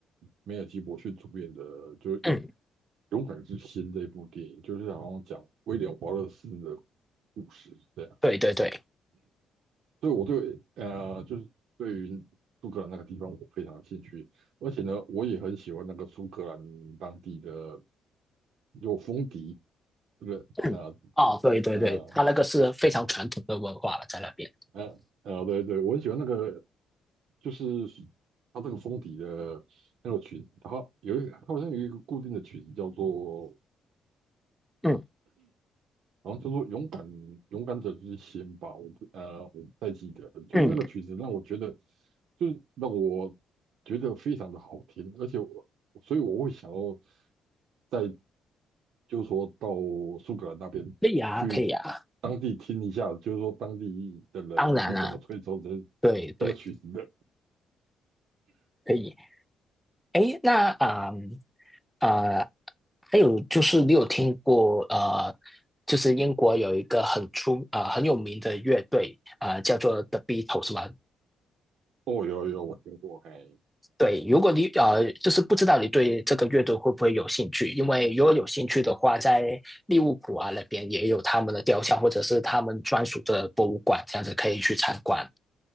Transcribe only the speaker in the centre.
嗯，
对对对，
嗯，哦，对对对，
他那个是非常传统的文化了，在那边。
嗯
嗯，
可以啊，可以啊，
当然啊，对对，
可以。诶，那啊啊、
呃呃还有就是你有听过呃，就是英国有一个很出啊、呃很有名的乐队啊、呃叫做 The Beatles 吗？
对，如果你呃，就是不知道你对这个乐队会不会有兴趣，因为如果有兴趣的话，在利物浦啊那边也有他们的雕像，或者是他们专属的博物馆，这样子可以去参观。